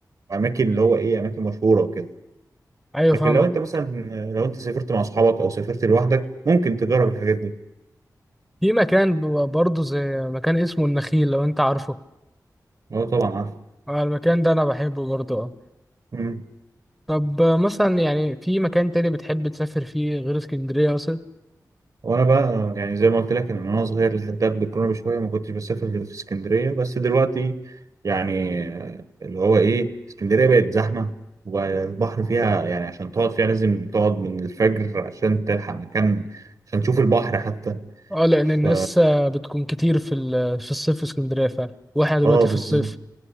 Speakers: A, on the right; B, in the centre.
A: واماكن اللي هو ايه اماكن مشهوره وكده
B: ايوه
A: لكن
B: فاهمك
A: لو انت مثلا لو انت سافرت مع اصحابك او سافرت لوحدك ممكن تجرب الحاجات دي
B: في مكان ب- برضه زي مكان اسمه النخيل لو انت عارفه
A: اه طبعا
B: آه، المكان ده انا بحبه برضه اه
A: عارف
B: طب آه، مثلا يعني في مكان تاني بتحب تسافر فيه غير اسكندرية مثلا
A: وانا بقى أنا يعني زي ما قلت لك انا من وانا صغير لحد قبل الكورونا بشويه ما كنتش بسافر غير في اسكندريه بس دلوقتي يعني آه، اللي هو ايه اسكندريه بقت زحمه والبحر فيها يعني عشان تقعد فيها لازم تقعد من الفجر عشان تلحق مكان عشان تشوف البحر حتى
B: اه لان
A: ف
B: الناس آه، بتكون كتير في ال- في الصيف في اسكندرية فعلا واحنا دلوقتي
A: اه بالظبط
B: في الصيف